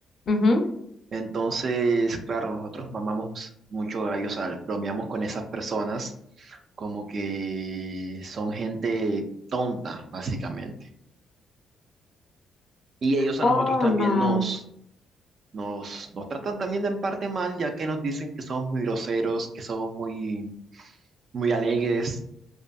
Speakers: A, on the left (about 45°); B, on the right (about 50°).
A: Ujú.
B: Entonces, claro, nosotros mamamos mucho gallo, o sea, bromeamos con esas personas como que son gente tonta, básicamente. Y ellos
A: Oh,
B: a nosotros también
A: no.
B: nos, nos, nos tratan también de en parte mal, ya que nos dicen que somos muy groseros, que somos muy, muy alegres.